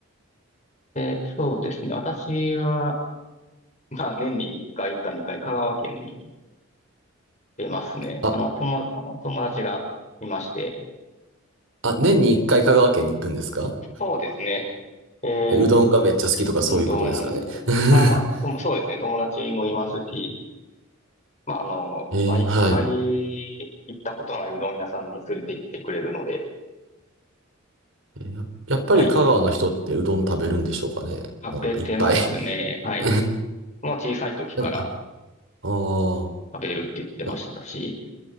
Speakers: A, on the left; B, on the right.
A: で、そうですね。私は、まあ、年に1回か2回、香川県に出ますね。
B: あ、
A: あの、友、友達がいまして。
B: あ、年に一回香川県に行くんですか
A: そうですね。えー
B: え、うどんがめっちゃ好きとかそういうことですかね。
A: うどんを、
B: <laughs>
A: あ、まあ、うんそうですね、友達もいますし、まあ、あの、
B: えーはい。
A: 毎回行ったことないうどん屋さんに連れて行ってくれるので、
B: えーややっぱり香川の人ってうどん食べるんでしょうかね。
A: はい、食べてますね。
B: なんかいっぱい
A: はい。
B: <laughs>
A: もう小さい時から
B: なんかああ、
A: 食べるって言ってましたし、
B: な、